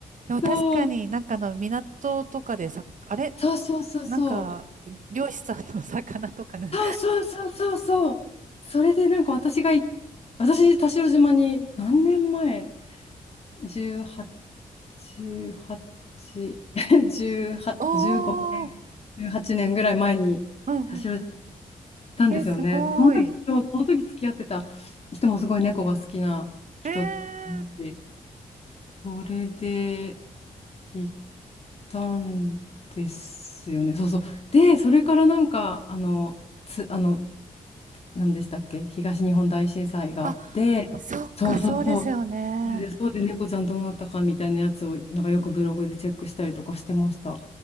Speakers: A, on the right; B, on the left.
A: でも確かになんかあの港とかでさ、
B: そう。
A: あれ、
B: そうそうそうそう。
A: なんか漁師さんの魚とかね。
B: そうそうそうそうそう。それでなんか私がい、私、田代島に何年前 ?18、18、<laughs> 18、
A: <laughs> おー、
B: 15年、18年ぐらい前に田代島に行っ
A: うんうん
B: たんですよね。
A: え、すごい。
B: でその時、そうその時付き合ってた人もすごい猫が好きな人
A: ええ
B: で、それで行ったんですよね。そうそう。で、それからなんか、あの、つ、あの、何でしたっけ、東日本大震災があって、
A: あ、そっか、
B: そうそうそう、
A: そうですよね。
B: それで、そうで猫ちゃんどうなったかみたいなやつを、なんかよくブログでチェックしたりとかしてました。う